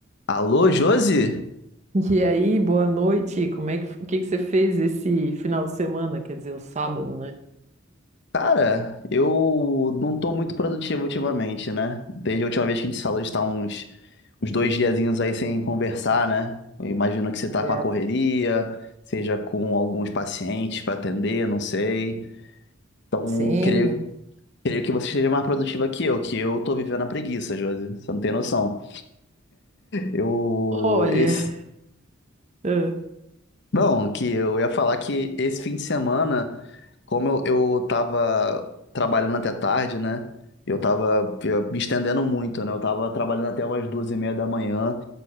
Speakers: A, on the left (about 60°); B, on the right (about 35°).
A: Alô, Josi?
B: E aí, boa noite. Como é que, o que que você fez esse final de semana? Quer dizer, o sábado, né?
A: Cara, eu não tô muito produtivo ultimamente, né? Desde a última vez que a gente se falou, a gente tá uns, uns dois diazinhos aí sem conversar, né? Eu imagino que você tá
B: É.
A: com a correria, seja com alguns pacientes pra atender, não sei. Eu
B: Sim,
A: Creio, creio que você esteja mais produtiva que eu, que eu tô vivendo a preguiça, Josi. Você não tem noção. Eu,
B: Olha,
A: esse,
B: ah,
A: Não, que eu ia falar que esse fim de semana, como eu, eu tava trabalhando até tarde, né? Eu tava eh, me estendendo muito, né? Eu tava trabalhando até umas duas e meia da manhã.